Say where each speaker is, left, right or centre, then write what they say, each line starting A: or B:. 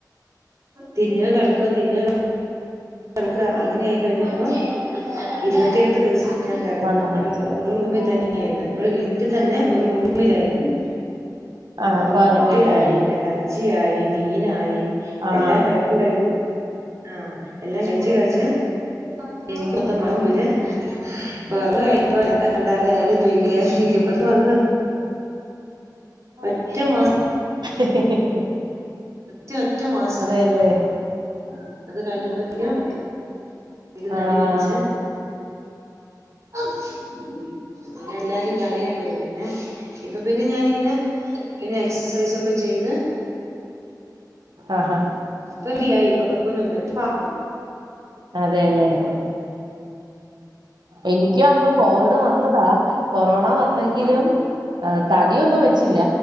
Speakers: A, on the right; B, on the right.
A: തിന്ന കെടക്ക തിന്ന കെടക്ക അങ്ങനേയിക്കഴിഞ്ഞപ്പോ ഇരുപത്തിയട്ട് ദിവസം ഞാൻ കെടന്ന്
B: വണ്ണം
A: അവിടെ
B: വെച്ച്
A: ഒരു റൂമി തന്നെയായിരുന്നു ഇവിടെ വീട്ടി തന്നെ ഒരു റൂമിലായിരുന്നു.
B: ആഹ്
A: അപ്പൊ
B: ക്വാറന്റൈൻ
A: മൊട്ട
B: ആയിരുന്നു
A: ആയി. എറച്ചിയായി മീനായി
B: ആഹ്
A: എല്ലാം കഴിച്ച് കഴിച്ച് ത ആഹ് എല്ലാം കഴിച്ച് കഴിച്ച് എനിക്കൊത്തം <unintelligible> കൊറോണ കഴിഞ്ഞപ്പോ എന്നെ കണ്ടാല് എല്ലാരും ചൊയ്ക്കുവേ എവിട്ന്ന് വന്നതാ ഒറ്റേ മാസം
B: <unintelligible>
A: കൃത്തിയ ഒറ്റ മാസം
B: അല്ലേ
A: ആഹ് അത് കഴിഞ്ഞപ്പോത്തേക്കും എനിക്ക് തടി
B: ആഹ്
A: വെച്ച് അഹ് എല്ലാരും കളിയക്കരു പിന്നെ ഇപ്പൊ പിന്നെ ഞാനിങ്ങനെ പിന്നെ എക്സസൈസ ഒക്കെ ചെയ്ത്
B: ആഹ് ആഹ്
A: റെഡിയായി ഇപ്പൊ കൊഴപ്പൊന്നില്ല
B: അതെല്ലേ എനിക്ക് വന്നോ കോവിഡ് വന്നതാ കൊറോണ വന്നെങ്കിലും തടിയൊന്നും വെച്ചില്ല